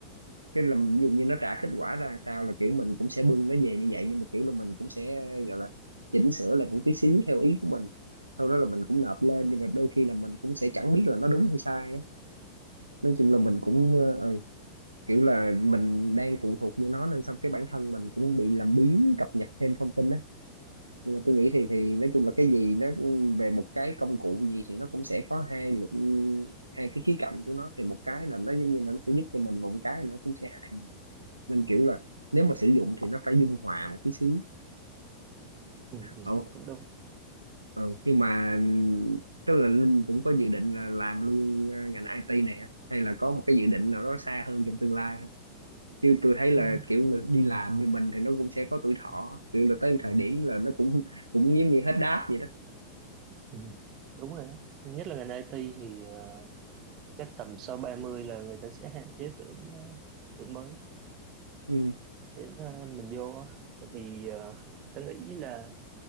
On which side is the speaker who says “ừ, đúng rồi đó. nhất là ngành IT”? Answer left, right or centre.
Right